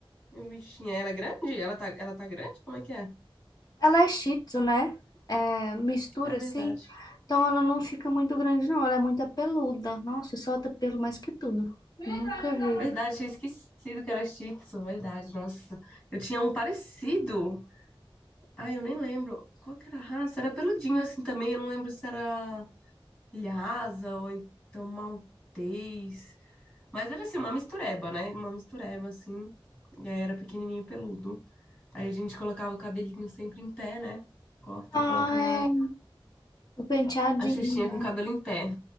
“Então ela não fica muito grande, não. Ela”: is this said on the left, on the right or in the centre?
Left